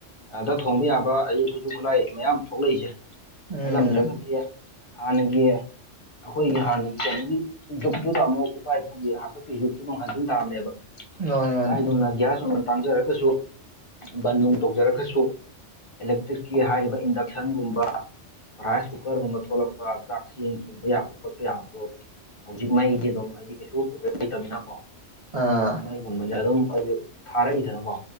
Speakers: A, on the left (about 35°); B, on the right (about 40°).
A: ꯑꯗ ꯊꯣꯡꯕ ꯌꯥꯕ ꯑꯩ ꯈꯨꯠꯁꯨ ꯈꯨꯠꯂꯥꯏ ꯃꯌꯥꯝ ꯊꯣꯛꯂꯛꯏꯁꯦ
B: ꯎꯝ
A: ꯅꯠꯂꯝꯗ꯭ꯔꯒꯗꯤ ꯍꯥꯟꯅꯒꯤ ꯑꯩꯈꯣꯏꯒꯤ ꯍꯥꯟꯅꯒꯤ ꯀꯩꯅꯣꯒꯤ ꯖꯨꯛꯇꯨꯗ ꯑꯃꯨꯛ ꯏꯄꯥ ꯏꯄꯨꯒꯤ ꯍꯥꯛꯇꯛꯀꯤꯁꯨ ꯁꯤꯐꯝ ꯍꯟꯖꯤꯟ ꯇꯥꯕꯅꯦꯕ
B: ꯃꯥꯅꯤ ꯃꯥꯅꯤ
A: ꯍꯥꯏꯗꯨꯅ ꯒ꯭ꯌꯥꯁ ꯃꯃꯥꯜ ꯇꯥꯡꯖꯔꯒꯁꯨ ꯕꯟ ꯅꯨꯡ ꯇꯧꯖꯔꯒꯁꯨ ꯑꯦꯂꯦꯛꯇ꯭ꯔꯤꯛꯀꯤ ꯍꯥꯏꯔꯤꯕ ꯏꯟꯗꯛꯁꯟꯒꯨꯝꯕ ꯔꯥꯏꯁ ꯀꯨꯀꯔꯒꯨꯝꯕ ꯊꯣꯛꯂꯛꯄ ꯆꯥꯛ ꯆꯦꯡ ꯊꯣꯡꯕ ꯌꯥꯕ ꯈꯣꯠꯄ ꯌꯥꯕꯗꯣ ꯍꯧꯖꯤꯛ ꯃꯩꯖ ꯑꯗꯨꯝ ꯍꯥꯏꯗꯤ ꯀꯩꯁꯨ ꯄ꯭ꯔ‌ꯣꯕ꯭ꯂ‌ꯦꯝ ꯂꯩꯇꯃꯤꯅ
B: ꯑꯥ
A: ꯃꯩꯒꯨꯝꯕꯁꯤ ꯑꯗꯨꯝ ꯍꯥꯏꯗꯤ ꯊꯥꯔꯛꯏꯗꯅꯀꯣ